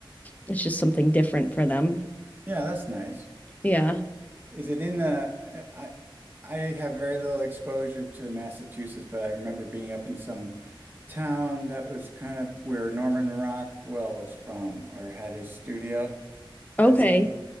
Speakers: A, on the left; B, on the right.
A: it's just something different for them.
B: Yeah, that's nice.
A: Yeah.
B: Is it in the? uh, I I have very little exposure to Massachusetts, but I remember being up in some town that was kind of where Norman Rockwell was from or had his studio. Does
A: Okay.
B: that sound?